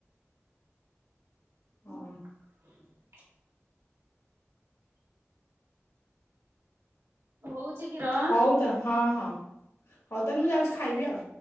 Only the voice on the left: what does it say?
ହଁ।
ହଉ ତ ହଁ ହଁ ହଉ ତାହେଲେ ମୁଁ ଯାଉଛି ଖାଇବି ଆଉ